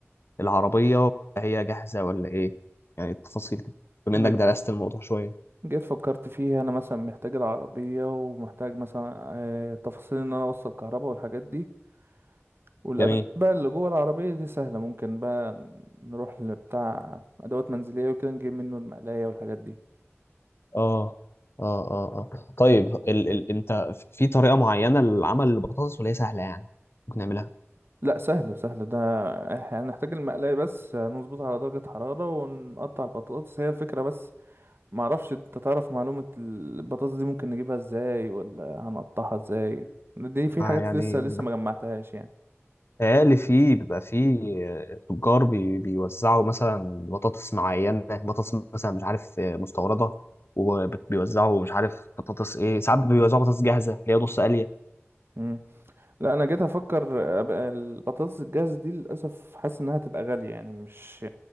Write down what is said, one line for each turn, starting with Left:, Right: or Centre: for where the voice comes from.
Left: العربيه هي جاهزه ولا ايه يعني التفاصيل كده بما
Right: انا
Left: انك درست الموضوع شويه
Right: جيت فكرت فيها انا مثلا محتاج العربية ومحتاج مثلا آه، تفاصيل ان انا اوصل كهرباء والحاجات دي والادوات
Left: جميل
Right: بقى اللي جوه العربيه دي سهله ممكن بقى نروح لبتاع ادوات منزليه وكده نجيب منه المقلايه والحاجات دي
Left: اه اه اه اه طيب ال ال انت في طريقه معينه للعمل البطاطس ولا هي سهله يعني ممكن نعملها
Right: لا سهل سهل ده احنا هنحتاج المقلايه بس نظبطها على درجه حراره ونقطع البطاطس هي الفكره بس ما اعرفش انت تعرف معلومه البطاطس دي ممكن نجيبها ازاي ولا هنقطعها ازاي دي في
Left: آه
Right: حاجات
Left: يعني
Right: لسه لسه ما جمعتهاش
Left: قال فيه بيبقى فيه آه، تجار بي- بيوزعوا مثلا بطاطس معينة بطاطس مثلا مش عارف آه، مستوردة وبيوزعوا مش عارف بطاطس ايه ساعات بيوزعوا بطاطس جاهزة اللي هي نص قلية
Right: يعني لا انا جيت افكر ابقى البطاطس الجاهزه دي للاسف حاسس انها هتبقى غاليه يعني مش